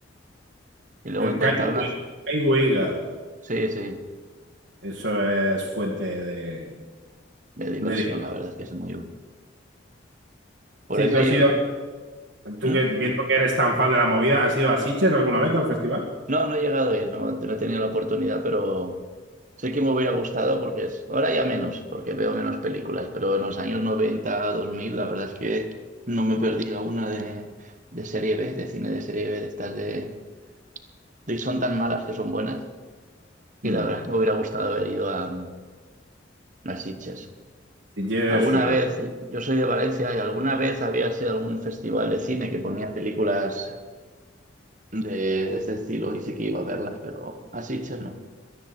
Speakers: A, on the right; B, on the right.
A: Y luego
B: El
A: intentaron
B: Kai Wei-
A: hacer...
B: Kai Weiga,
A: Sí, sí.
B: eso es fuente de...
A: de diversión,
B: de
A: la verdad es que es muy... útil. Por
B: Sí,
A: eso
B: tú
A: hay
B: has ido,
A: un...
B: tú
A: ¿Mm?
B: que viendo que eres tan fan de la movida, ¿has ido a Sitges alguna vez al festival?
A: No, no he llegado a ir, no, no he tenido la oportunidad, pero sé que me hubiera gustado porque es... ahora ya menos, porque veo menos películas, pero en los años noventa dos mil la verdad es que no me perdía una de, de serie B, de cine de serie B, de estas de... de... Son tan malas que son buenas, y
B: Hmm.
A: la verdad es que me hubiera gustado haber ido a, a Sitges.
B: Sitges
A: Alguna
B: es una.
A: vez, yo soy de Valencia y alguna vez había sido algún festival de cine que ponía películas de, de ese estilo y sí que iba a verlas, pero a Sitges no.